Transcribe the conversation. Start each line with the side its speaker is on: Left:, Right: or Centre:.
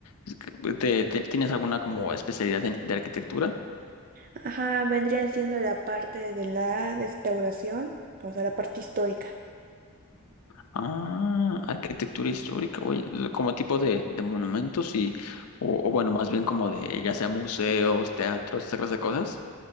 Left: Es que, eh, ¿Te, te- tienes alguna como especialidad en- de arquitectura?
Right: Ajá, vendría siendo la parte de la restauración, o sea, la parte histórica.
Left: Ah, arquitectura histórica, oye, eh, como tipo de, de monumentos y, o, o bueno, más bien como de, ya sea museos, teatros, esa clase de cosas.